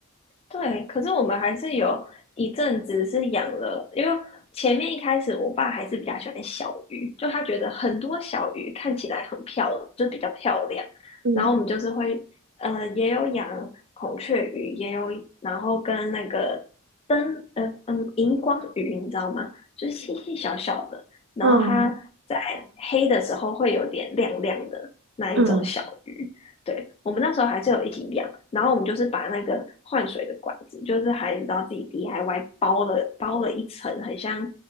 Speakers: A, on the left; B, on the right.
A: 对，可是我们还是有一阵子是养了，因为前面一开始我爸还是比较喜欢小鱼，就他觉得很多小鱼看起来很漂亮，就比较漂亮。
B: 嗯
A: 然后我们就是会，呃，也有养孔雀鱼，也有，然后跟那个灯，呃，嗯，荧光鱼，你知道吗？就是细细小小的，然后它在黑的时候会有点亮亮的那一种小鱼。
B: 嗯嗯，
A: 对，我们那时候还是有一起养，然后我们就是把那个换水的管子，就是还你知道自己 DIY 包了包了一层，很像